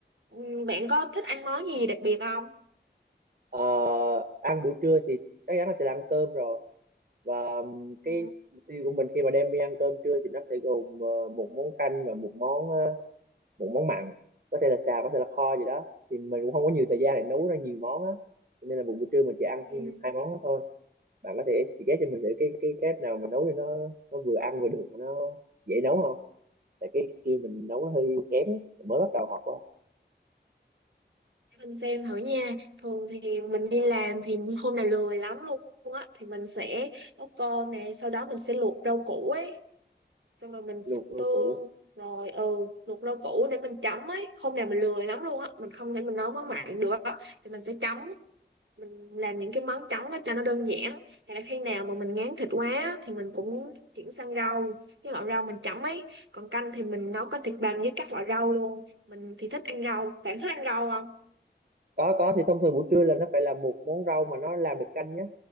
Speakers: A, on the right (about 85°); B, on the right (about 50°).
A: Ừ, Bạn có thích ăn món gì đặc biệt không?
B: Ờ, ăn buổi trưa thì chắc chắn là sẽ là ăn cơm rồi và ừm, cái
A: Ừ.
B: mục tiêu của mình khi mà đem đi ăn cơm trưa thì nó sẽ gồm ờ, một món canh và một món ờ, một món mặn có thể là xào có thể là kho gì đó thì mình cũng không có nhiều thời gian để nấu ra nhiều món á Cho nên là một buổi trưa mình chỉ ăn
A: Ừ.
B: hai món đó thôi bạn có thể suggest cho mình thử cái cái cách nào mà nấu cho nó nó vừa ăn vừa được mà nó dễ nấu không tại cái skill mình nấu nó hơi kém mới bắt đầu học á
A: Để Mình xem thử nha. Thường thì mình đi làm thì hôm nào lười lắm luôn á thì mình sẽ nấu cơm nè, sau đó mình sẽ luộc rau củ ấy. xong rồi mình xịt
B: luộc rau
A: tương
B: củ
A: rồi ừ luộc rau củ để mình chấm ấy hôm nào mình lười lắm luôn á mình không thể mình nấu món mặn được á thì mình sẽ chấm mình làm những cái món chấm đó cho nó đơn giản hay là khi nào mà mình ngán thịt quá á, thì mình cũng chuyển sang rau cái loại rau mình chấm ấy còn canh thì mình nấu có thịt bằm với các loại rau luôn mình thì thích ăn rau bạn thích ăn rau không
B: có có thì thông thường buổi trưa là nó phải là một món rau mà nó làm được canh nhé